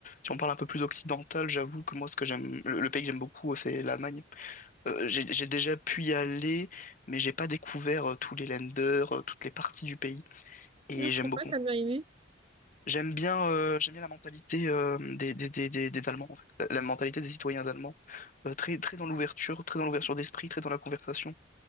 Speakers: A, on the left; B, on the right.
A: Si on parle un peu plus occidental, j'avoue que moi ce que j'aime, le, le pays que j'aime beaucoup, euh, c'est l'Allemagne. Euh, j'ai j'ai déjà pu y aller, mais j'ai pas découvert euh, tous les länders, euh, toutes les parties du pays. Et
B: Ah,
A: j'aime
B: Pourquoi
A: beaucoup.
B: t'as bien aimé?
A: J'aime bien, euh, j'aime bien la mentalité euh, des, des, des, des, des Allemands, en fait. La, la mentalité des citoyens allemands. Euh, très, très dans l'ouverture, très dans l'ouverture d'esprit, très dans la conversation.